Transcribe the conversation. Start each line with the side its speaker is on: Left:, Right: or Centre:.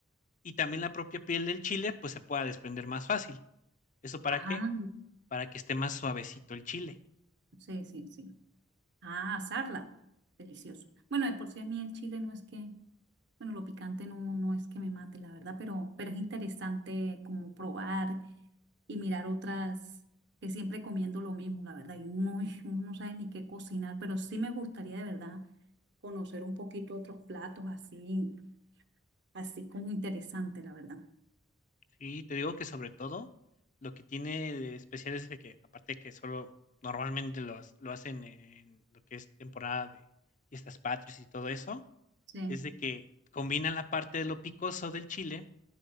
Left: y también la propia piel del chile pues se pueda desprender más fácil. ¿Eso para
Right: Ah,
Left: qué? Para que esté más suavecito el chile.
Right: sí, sí, sí. Ah, asarla, delicioso. Bueno, de por sí a mí el chile no es que Bueno, lo picante no, no no es que me mate, la verdad, pero, pero es interesante como probar y mirar otras, que siempre comiendo lo mismo, la verdad, y uno, <laughs> uno no sabe ni qué cocinar, pero sí me gustaría de verdad conocer un poquito otros platos así, así como interesante, la verdad.
Left: Sí, te digo que sobre todo lo que tiene de especial es de que aparte que solo normalmente lo, ha- lo hacen en lo que es temporada de fiestas patrias y todo eso,
Right: Sí.
Left: es de que combinan la parte de lo picoso del chile